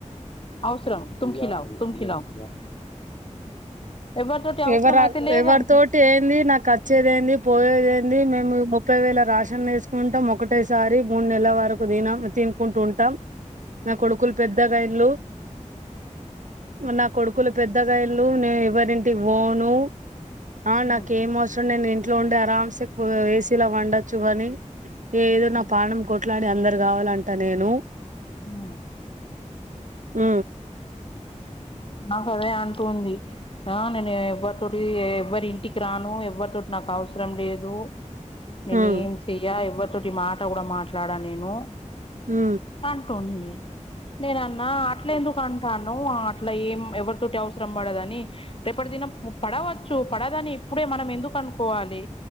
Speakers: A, on the left; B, on the right.
A: అవసరమ్ తుమ్కి నావు తుమ్కి నావు ఎవరి తోటి అవసరం
B: ఎవర
A: అయితే లేదంటూ
B: ఎవరితోటి ఏంది నాకు ఖర్చ్చేది ఏంది పోయేది ఏంది మేము ముప్పై వేల రేషన్ వేసుకుంటాం ఒకటి ఒకటేసారి మూడు నెలల వరకు తినం తినుకుంటు ఉంటాం నా
A: ఉ
B: కొడుకులు పెద్దగా ఐల్లు నా కొడుకులు పెద్ద పెద్దగా అయ్యిండ్రు నేను ఎవ్వరింటికి పోను ఆ నాకేం
A: ఉ ఉ
B: అవస ఇ నేను ఇంట్లో ఉండి అరామ్సే ఏసీలో వండొచ్చు గని ఏదో నా
A: ఉ
B: పాణం కొట్లాడి అందరు కావాలంట నేను
A: ఉ
B: ఉ
A: నాకు అదే అంటుంది ఆ నేను ఎవరు పుడు ఎవ్వరి ఇంటికి రాను ఎవ్వరితోటి నాకు అవసరం లేదు నేను
B: ఉమ్
A: ఏం చె ఎయ్యా ఎవ్వరితోటి మాట కూడా మాట్లాడను నేను
B: మ్
A: అంటుంది నేను అన్నా అట్లే ఎందుకు అంటానవు అట్లా ఏం ఎవరి తోటి అవసరం పడది అని రేపటిదినం పడవచ్చు పడదని ఇప్పుడే మనం ఎందుకు అనుకోవాలి